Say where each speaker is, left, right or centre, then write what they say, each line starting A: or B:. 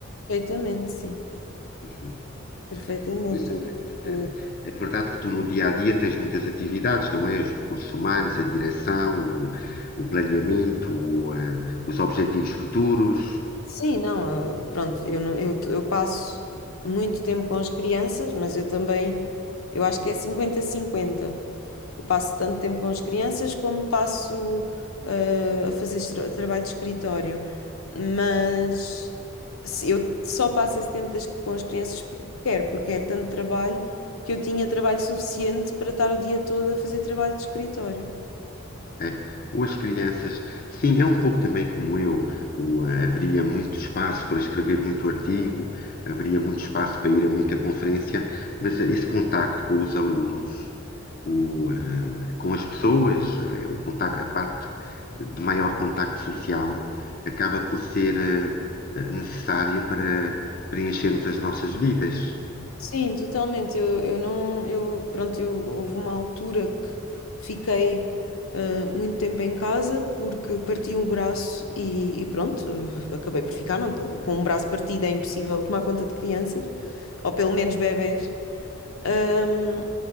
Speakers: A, on the left; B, on the left.
A: perfeitamente, sim,
B: Uhum.
A: perfeitamente.
B: Pois é, tu
A: Ah,
B: tem- é verdade que tu no dia a dia tens muitas atividades, não é? Os recursos humanos, a direção, o, o planeamento, o, eh, os objetivos futuros,
A: Sim, não, ah, pronto, eu, não- eu, eu passo muito tempo com as crianças, mas eu também, eu acho que é cinquenta cinquenta Eu passo tanto tempo com as crianças como passo eh, a fazer estra- trabalho de escritório. Mas se- eu só passo esse tempo das- com as crianças porque quero, porque é tanto trabalho que eu tinha trabalho suficiente para estar o dia todo a fazer trabalho de escritório.
B: é? Ou as crianças. Sim, é um pouco também como eu. O, eh, haveria muito espaço para escrever muito artigo, haveria muito espaço para ir a muita conferência, mas esse contacto com os alunos. o, eh, com as pessoas, eh, o contacto, a parte de maior contacto social acaba por ser eh, eh, necessária para preenchermos as nossas vidas.
A: Sim, totalmente. Eu, eu não, eu, pronto, eu houve uma altura que fiquei eh, muito tempo em casa porque parti um braço e, e pronto, eh, acabei por ficar, não, com um braço partido é impossível tomar conta de crianças, ou pelo menos bebés. Ahm,